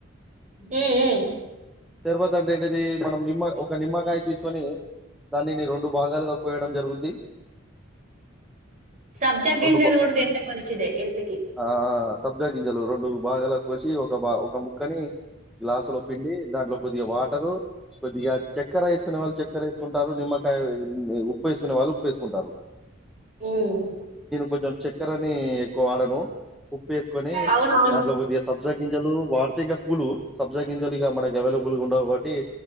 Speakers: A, on the right; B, in the centre.
A: మ్మ్ మ్మ్
B: తర్వాత అంటే ఏంటిది మనం నిమ్మ ఒక నిమ్మకాయ తీసుకొని దాన్నిని రెండు భాగాలుగా కోయడం జరుగుద్ది
A: సబ్జా గింజలు
B: రెండు
A: గూడా తింటే మంచిదే హెల్త్ కి
B: ఆ! సబ్జా గింజలు రెండు భాగాల కోసి ఒక బా ఒక ముక్కని గ్లాసులో పిండి దాన్లో కొద్దిగా వాటరు కొద్దిగా చక్కెర ఎస్కునే వాళ్ళు చక్కెర ఎస్కుంటారు నిమ్మకాయ ఉప్పు ఎస్కునే వాళ్ళు ఉప్పు ఎస్కుంటారు
A: మ్మ్
B: కొంచెం చక్కెర అని ఎక్కువ వాడను ఉప్పు వేసుకొని
A: అవునవును
B: దాన్లో కొద్దిగ సబ్జా గింజలు వాడితే ఇంకా కూలు సబ్జా గింజలు ఇగ మనకి అవైలబుల్ గా ఉండవు కాబట్టి